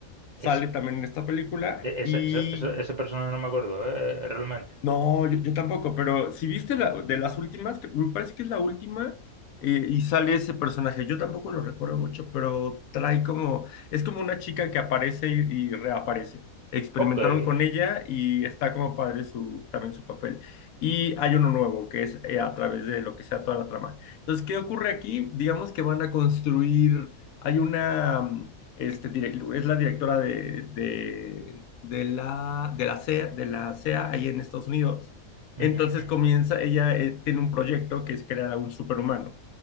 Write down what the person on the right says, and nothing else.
Ese,
ese,
ese, ese- ese personaje no me acuerdo, ¿eh? Realmente.
Ok. Ujú,
ujú.